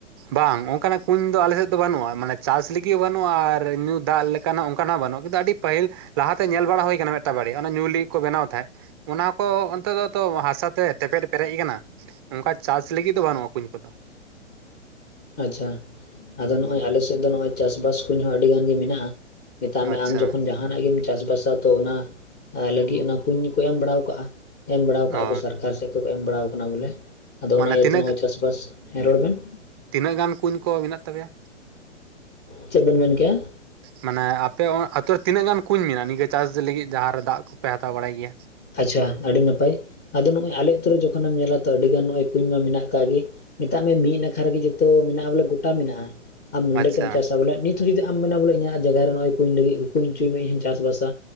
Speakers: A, on the right; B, on the left.
A: ᱵᱟᱝ ᱚᱱᱠᱟᱱᱟᱜ ᱠᱩᱧ ᱫᱚ ᱟᱞᱮ ᱥᱮᱫ ᱫᱚ ᱵᱟᱹᱱᱩᱜᱼᱟ ᱢᱟᱱᱮ ᱪᱟᱥ ᱞᱟᱹᱜᱤᱫ ᱦᱚᱸ ᱵᱟᱹᱱᱩᱜᱼᱟ ᱟᱨ ᱧᱩ ᱫᱟᱜ ᱞᱟ ᱠᱟᱱᱟ ᱚᱱᱠᱟᱱᱟᱜ ᱦᱚ ᱵᱟᱹᱱᱩᱜ ᱠᱤᱱᱛᱩ ᱟᱹᱰᱤ ᱯᱟᱹᱦᱤᱞ ᱞᱟᱦᱟᱛᱮ ᱧᱮᱞ ᱵᱟᱲᱟ ᱦᱩᱭ ᱠᱟᱱᱟ ᱢᱤᱫᱴᱟᱜ ᱵᱟᱲᱮ ᱚᱱᱟ ᱧᱩ ᱞᱟᱹᱜᱤᱫ ᱠᱚ ᱵᱮᱱᱟᱣ ᱛᱟᱦᱮᱸᱫ ᱚᱱᱟ ᱠᱚ ᱚᱱᱛᱮ ᱫᱚ ᱛᱚ ᱦᱟᱥᱟ ᱛᱮ ᱛᱮᱯᱮᱫ ᱯᱮᱨᱮᱡ ᱟᱠᱟᱱᱟ, ᱚᱱᱠᱟ ᱪᱟᱥ ᱞᱟᱹᱜᱤᱫ ᱫᱚ ᱵᱟᱹᱱᱩᱜᱼᱟ ᱠᱩᱧ ᱠᱚᱫᱚ ᱾
B: ᱟᱪᱪᱷᱟ ᱾ ᱟᱫᱚ ᱱᱚᱜᱼᱚᱭ ᱟᱞᱮ ᱥᱮᱫ ᱫᱚ ᱱᱚᱜᱼᱚᱭ ᱪᱟᱥ ᱵᱟᱥ ᱠᱩᱧ ᱦᱚᱸ ᱟᱹᱰᱤ ᱜᱟᱱ ᱜᱮ ᱢᱮᱱᱟᱜᱼᱟ ᱢᱮᱛᱟᱜ ᱢᱮ
A: ᱟᱪᱪᱷᱟ
B: ᱟᱢ ᱡᱚᱠᱷᱚᱱ ᱡᱟᱦᱟᱸ ᱡᱟᱦᱟᱱᱟᱜ ᱜᱮᱢ ᱪᱟᱥ ᱵᱟᱥᱟ ᱛᱚ ᱚᱱᱟ ᱞᱟᱹᱜᱤᱫ ᱚᱱᱟ ᱠᱩᱧ ᱠᱚ ᱮᱢ ᱵᱟᱲᱟᱣ ᱠᱟᱜᱼᱟ, ᱮᱢ ᱵᱟᱲᱟᱣ ᱠᱟᱜᱼᱟ
A: ᱚ
B: ᱠᱚ ᱥᱟᱨᱠᱟᱨ ᱥᱮᱫ ᱠᱷᱚᱡ ᱠᱚ ᱮᱢ ᱵᱟᱲᱟᱣ ᱠᱟᱱᱟ ᱵᱚᱞᱮ ᱟᱫᱚ
A: ᱢᱟᱱᱮ
B: ᱚᱱᱟ ᱤᱭᱟᱹᱛᱮ
A: ᱛᱤᱱᱟᱹᱜ
B: ᱱᱚᱜᱼᱚᱭ ᱪᱟᱥᱵᱟᱥ, ᱦᱮᱸ ᱨᱚᱲ ᱵᱮᱱ ᱾
A: ᱛᱤᱱᱟᱹᱜ ᱜᱟᱱ ᱠᱩᱧ ᱠᱚ ᱢᱮᱱᱟᱜ ᱛᱟᱯᱮᱭᱟ?
B: ᱪᱮᱫ ᱵᱮᱱ ᱢᱮᱱ ᱠᱮᱜ-ᱟ?
A: ᱢᱟᱱᱮ ᱟᱯᱮ ᱟᱹᱛᱩ ᱨᱮ ᱛᱤᱱᱟᱹᱜ ᱜᱟᱱ ᱠᱩᱧ ᱢᱮᱱᱟᱜ ᱱᱤᱝᱠᱟᱹ ᱪᱟᱥ ᱞᱟᱹᱜᱤᱫ ᱡᱟᱦᱟᱸ ᱨᱮ ᱫᱟᱜ ᱠᱚᱯᱮ ᱦᱟᱛᱟᱣ ᱵᱟᱲᱟᱭ ᱜᱮᱭᱟ?
B: ᱟᱪᱪᱷᱟ ᱟᱹᱰᱤ ᱱᱟᱯᱟᱭ, ᱟᱫᱚ ᱱᱚᱜᱼᱚᱭ ᱟᱞᱮ ᱟᱹᱛᱩ ᱨᱮ ᱡᱚᱠᱷᱚᱱᱮᱢ ᱧᱮᱞᱟ ᱛᱚ ᱟᱹᱰᱤ ᱜᱟᱱ ᱱᱚᱜᱼᱚᱭ ᱠᱩᱧ ᱢᱟ ᱢᱮᱱᱟᱜ ᱠᱟᱜ ᱜᱮ, ᱢᱮᱛᱟᱜ ᱢᱮ ᱢᱤᱫ ᱱᱟᱠᱷᱟ ᱨᱮᱜᱮ ᱡᱚᱛᱚ ᱢᱮᱱᱟᱜᱼᱟ ᱵᱚᱞᱮ ᱜᱚᱴᱟ ᱢᱮᱱᱟᱜᱼᱟ ᱟᱢ ᱱᱚᱸᱰᱮ
A: ᱟᱪᱪᱷᱟ
B: ᱛᱮᱢ ᱪᱟᱥᱟ ᱵᱚᱞᱮ ᱱᱤᱛ ᱱᱤᱛ ᱦᱚᱸ ᱡᱩᱫᱤ ᱟᱢ ᱢᱮᱱᱟ ᱵᱚᱞᱮ ᱤᱧᱟᱹᱜ ᱡᱟᱭᱜᱟ ᱨᱮ ᱱᱚᱜ-ᱚᱭ ᱠᱩᱧ ᱞᱟᱹᱜᱤᱫ ᱠᱚ ᱠᱩᱧ ᱪᱩᱭ ᱢᱮ ᱤᱧ ᱦᱚᱸᱧ ᱪᱟᱥ ᱵᱟᱥᱟ